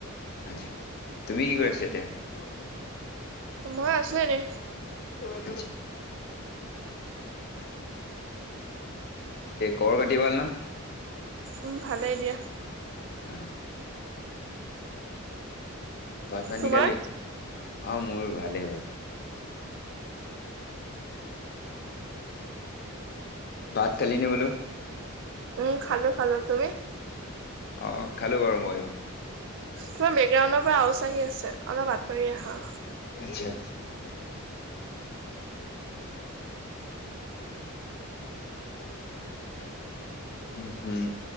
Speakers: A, on the left; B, on the right.
A: আতছা তুমি কি কৰি আছা এতিয়া।
B: মই আছো এনে।
A: <inaudible> পিছে খবৰ খাতি ভাল ন।
B: উম ভালেই দিয়া।
A: অ ভাত পানী
B: তোমাৰ?
A: খালি? অ মোৰ ভালেই বাৰু। ভাত‌ খালি নে বোলো?
B: উম, খালো খালো। তুমি?
A: অ', খালো বাৰু মইও।
B: তোমাৰ বেকগ্ৰাউণ্ডৰ পৰা আওচ আহি আছে অলপ আঁতৰি আহা।
A: আতচ্ছা। উম, হম